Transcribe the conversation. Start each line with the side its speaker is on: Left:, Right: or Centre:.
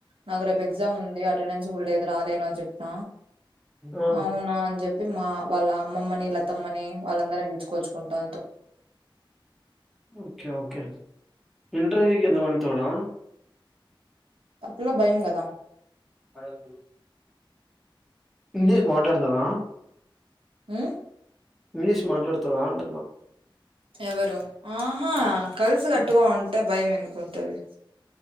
Right: నాకు రేపు ఎగ్జామ్ ఉంది అటెండెన్స్ కూడా లేదు రాలేను అని చెప్న
Centre: ఆ,
Right: అవునా అని చెప్పి మా వాళ్ళ అమ్మమ్మని లతమ్మని వాళ్ళందర పీల్చుకోచ్చుకుంటా
Centre: ఓకే ఓకే ఇంటర్వ్యూ కి దువంతురా
Right: అప్పట్లో భయం కదా
Centre: అడగదు ఇంగ్లీష్ మాట్లాడతారా
Right: మ్మ్
Centre: ఇంగ్లీష్ మాట్లాడుతవా అంటున్న
Right: ఎవరు ఆహా కలిసి కట్టుగా
Centre: హ్మ్.
Right: ఉంటే భయం ఎందు కొంటారు